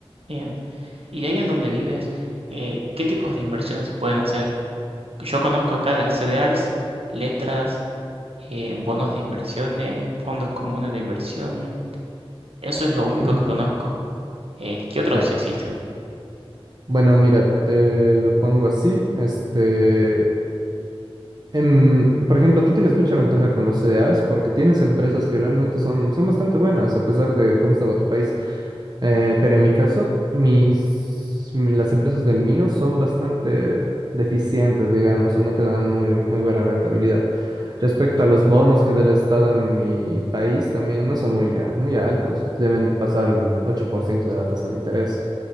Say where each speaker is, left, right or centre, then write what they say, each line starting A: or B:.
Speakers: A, on the right (about 75°); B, on the right (about 45°).
A: Bien. Y de ahí en donde vives, eh, ¿qué tipos de inversiones se pueden hacer? Yo conozco acá las CDRs, letras, eh, bonos de inversiones, fondos comunes de inversión. Eso es lo único
B: Mm,
A: que conozco. Eh, ¿qué otros
B: Ya.
A: existen?
B: Bueno, mira, te lo pongo así. Este, Em, por ejemplo, tú tienes mucha ventaja con los CDRs porque tienes empresas que realmente son, son bastante buenas a pesar de cómo estaba tu país. Eh, pero en mi caso, mis, mi- las empresas del mío son bastante deficientes, digamos, y no te dan muy, muy buena rentabilidad. Respecto a los bonos que da el Estado en mi país, también no son muy, a- muy altos. Deben pasar el 8% de la tasa de interés.